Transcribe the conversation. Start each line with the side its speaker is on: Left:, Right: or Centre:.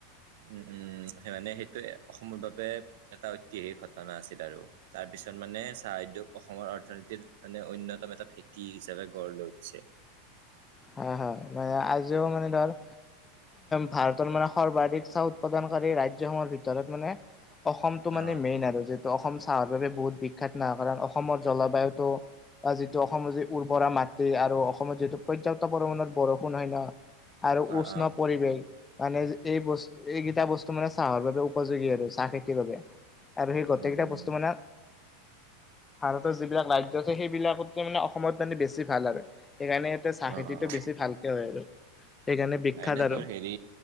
Right: উমঁ উমঁ সেই মানে সেইটোৱে অসমৰ বাবে এটা ঐতিহাসিক ঘটনা আছিল আৰু। তাৰ পিছত মানে চাহ উদ্যোগ অসমৰ অৰ্থনীতিৰ মানে অন্যতম এটা ভেটি হিচাপে গঢ় লৈ উঠিছে।
Left: হয়ঁ হয়ঁ মানে আজিও মানে ধৰ- ভাৰতৰ মানে সৰ্বাধিক চাহ উৎপাদনকাৰী ৰাজ্যসমূহৰ ভিতৰত মানে- অসমতটো
Right: অ',
Left: মানে মেইন আৰু যিহেতু অসম চাহৰ বাবে বহুত বিখ্যাত অ ন কাৰণ অসমৰ জলবায়ুটো বা যিটো অসমৰ যি উৰ্বৰা মাটি আৰু অসমত যিটো- পৰ্যাপ্ত পৰিমণৰ বৰষুণ হয় ন আৰু
Right: অ',
Left: উষ্ণ
Right: অ',
Left: পৰিৱেশ। মানে এই বস্তু এইকেইটা বস্তু মানে চাহৰ বাবে উপযোগী আৰু চাহ খেতিৰ বাবে। আৰু সেই গোটেইকেইটা
Right: উম, উম,
Left: বস্তু মানে- ভাৰতৰ যিবিলাক ৰাজ্য আছে সেইবিলাকত মানে অসমত জানি বেছি ভাল আৰু সেইকাৰণে- চাহ
Right: অ',
Left: খেতিটো
Right: অ',
Left: বেছি ভালকে হয় আৰু সেইকাৰণে বিখ্যাত
Right: এনে
Left: আৰু।
Right: তোৰ হেৰি